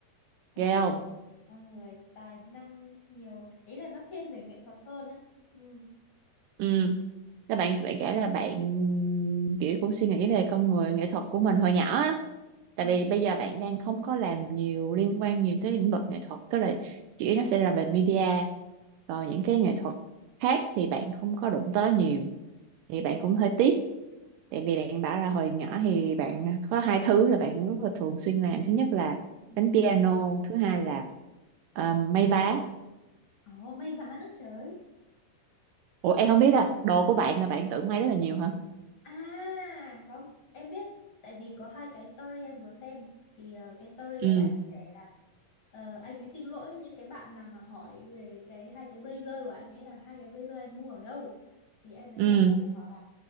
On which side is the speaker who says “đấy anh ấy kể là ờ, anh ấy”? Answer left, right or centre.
Left